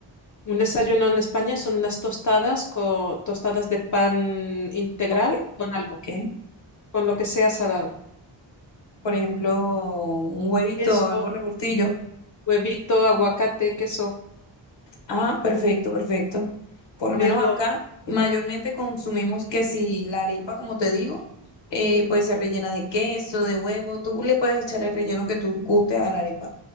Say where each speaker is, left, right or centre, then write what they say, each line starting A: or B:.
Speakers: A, on the left; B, on the left.
A: Un desayuno en España son unas tostadas con tostadas de pan integral
B: Ok,
A: con algo,
B: ok.
A: con lo que sea salado.
B: Por ejemplo, un huevito,
A: Queso,
B: algo revoltillo.
A: huevito, aguacate, queso.
B: Ah, perfecto, perfecto. Por lo menos
A: Pero
B: acá mayormente consumimos que si la arepa, como te digo, eh,
A: Ujú.
B: pues se rellena de queso, de huevo, tú le puedes echar el relleno que tú gustes a la arepa.